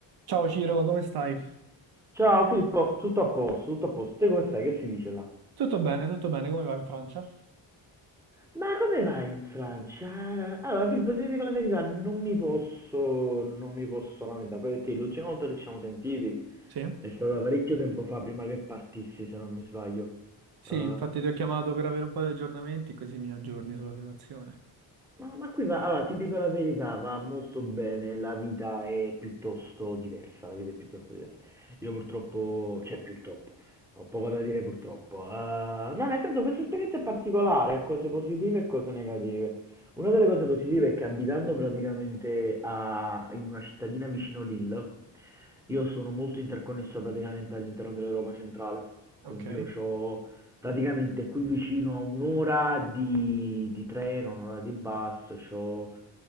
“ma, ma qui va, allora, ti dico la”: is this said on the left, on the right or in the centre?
Centre